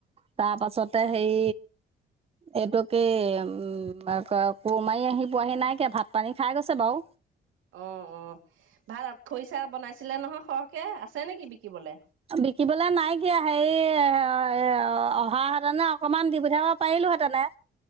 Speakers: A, on the right (about 30°); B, on the right (about 80°).
A: তাৰ পাছতে হেই এইটোকে উম ক কোমাৰি আহিব পোৱাহি নাইকিয় ভাত পানী খাই গৈছে বাৰু।
B: অ, অ ভাল খৰিচা বনাইছিলে নহয় সৰহকে আছে নেকি বিকিবলৈ?
A: বিকিবলে নাই কিয়া হেৰি ও অহা সাধানে অকমান দি পঠিয়াব পাৰিল <unintelligible> তেনে